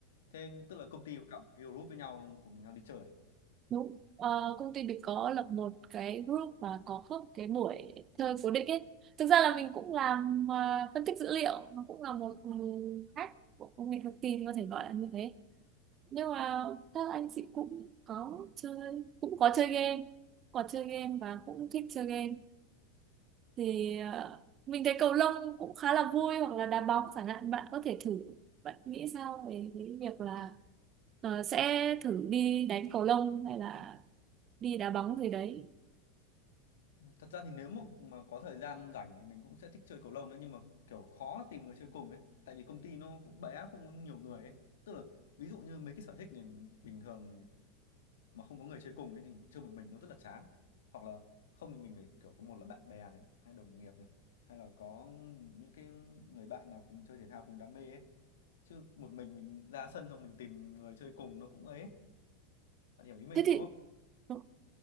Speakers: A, on the left; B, on the right.
A: Thế tức là công ty có cả một cái group với nhau cùng nhau đi chơi à?
B: Đúng. Ờ, công ty mình có lập một cái group và có host cái buổi chơi cố định ấy. Thực ra là mình cũng làm ờ, phân tích dữ liệu, nó cũng là một ừ, hack của công nghệ thông tin có thể gọi là như thế. Nhưng mà các anh chị cũng có chơi, cũng có chơi game, có chơi game và cũng thích chơi game thì ờ, mình thấy cầu lông cũng khá là vui hoặc là đá bóng chẳng hạn bạn có thể thử bạn nghĩ sao về cái việc là ờ, sẽ thử đi đánh cầu lông hay là đi đá bóng gì đấy
A: Ừ, Thật ra thì nếu mà, mà có thời gian rảnh thì mình cũng sẽ thích chơi cầu lông đấy nhưng mà kiểu khó tìm người chơi cùng ấy tại vì công ty nó cũng bé không có nhiều người ấy tức là ví dụ như mấy cái sở thích này bình thường này, mà không có người chơi cùng ấy thì chơi một mình nó rất là chán hoặc là không thì mình phải kiểu có một là bạn bè này hay đồng nghiệp này hay là có những cái người bạn nào cùng chơi thể thao cùng đam mê ấy chứ một mình mình ra sân xong mình tìm người chơi cùng nó cũng ấy bạn hiểu ý mình
B: thế
A: đúng
B: thì
A: không
B: ừ,